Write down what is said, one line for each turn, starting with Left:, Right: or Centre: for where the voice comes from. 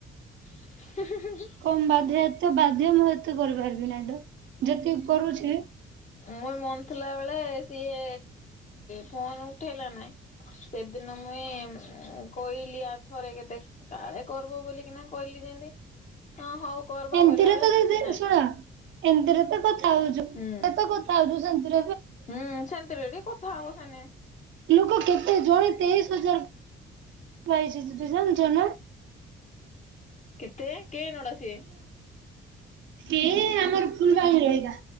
Left: ହ
Right: କମ ବାଧ୍ୟ ଏତେ ବାଧ୍ୟ ମୁଁ ଏତେ କରିପାରିବି ନାହିଁ ତ ଯେତିକି କରୁଛି
Left: ମୋର ମନ ଥିଲା ବେଳେ ସିଏ ଫୋନ ଉଠେଇଲା ନାଇଁ। ସେଦିନ ମୁଇଁ କହିଲି ଆର୍ ଥରେ କେତେ କାଳେ କରିବ ବୋଲିକିନା କହିଲି ଯେମତି ହଁ ହଉ କର ବା
Right: ଏମିତିରେ
Left: ବୋଇଲା ବେଳାରେ
Right: ତ ଦିଦି
Left: କିଛି ନାଇଁ
Right: ଶୁଣ
Left: ନ
Right: ଏମିତିରେ ତ କଥା ହଉଛୁ।
Left: ହୁଁ।
Right: ତ କଥା ହଉଛୁ ସେମତି
Left: ହୁଁ, ସେମିତି ରେ ଟି କଥା ହବ ସେନେ।
Right: ଲୋକ କେତେ ଜଣେ ତେଇଶ ହଜାର ପାଇଛି ଜାଣିଛ ନା।
Left: କେତେ କେଏ ନଡା ସିଏ।
Right: ଏ ଆମର <unintelligible> ରହେଗା